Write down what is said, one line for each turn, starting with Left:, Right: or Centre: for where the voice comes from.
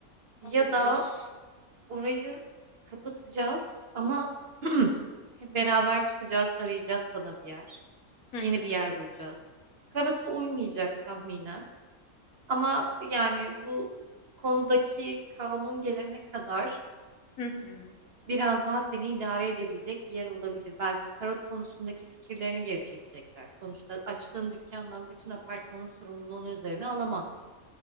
Right: Ya
Left: Olabilir.
Right: da orayı kapatacağız ama <clears throat> hep beraber çıkacağız, arayacağız sana bir yer.
Left: Hı
Right: Yeni
Left: hı.
Right: bir yer bulacağız. Karatu uymayacak tahminen. Ama yani bu konudaki kanun gelene kadar
Left: Hı hı.
Right: biraz daha seni idare edebilecek bir yer olabilir. Belki karot konusundaki fikirlerini geri çekecekler. Sonuçta açtığın dükkandan bütün apartmanın sorumluluğunu üzerine alamazsın.